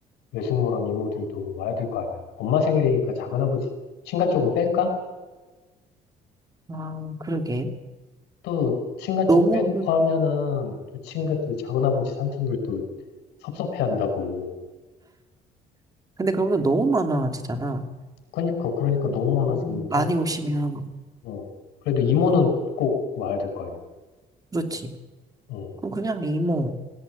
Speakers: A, on the left; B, on the right.
A: 외숙모랑 이모들도 와야 될 거 아니야. 엄마 생일이니까 작은아버지 친가 쪽은 뺄까?
B: 아, 그러게.
A: 또 친가
B: 너무,
A: 쪽 빼놓고 하면은 또 친가들
B: 음.
A: 작은아버지 삼촌들 또 섭섭해한다고.
B: 근데 그런 건 너무 많아지잖아.
A: 그러니까 그러니까 너무 많아지는데.
B: 음, 많이 오시면,
A: 어 그래도 이모는
B: 음,
A: 꼭 와야 될 거 아니야.
B: 그렇지.
A: 응,
B: 그럼 그냥 이모,